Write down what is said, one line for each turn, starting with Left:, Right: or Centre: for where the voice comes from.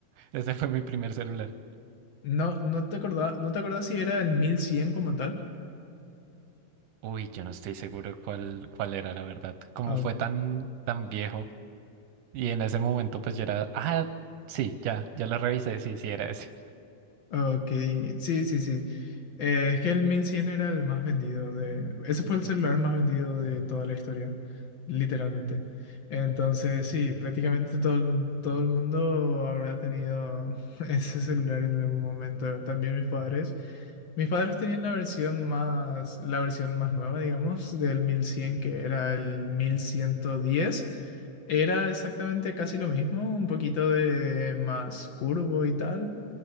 Right: Ese fue mi primer celular.
Left: No, no te acordaba, no te acordás si era el 1100 como tal.
Right: Uy, yo no estoy seguro cuál, cuál era, la verdad. Como
Left: Ok.
Right: fue tan, tan viejo y en ese momento pues yo era, ah, sí, ya, ya lo revisé, sí, sí era ese.
Left: Ok, sí, sí, sí. Eh, es que el 1100 era el más vendido de... Ese fue el celular más vendido de toda la historia, literalmente. Entonces, sí, prácticamente todo el, todo el mundo habrá tenido <laughs> ese celular en algún momento. También mis padres. Mis padres tenían la versión más, la versión más nueva, digamos, del 1100 que era el 1110. Era exactamente casi lo mismo, un poquito de más curvo y tal,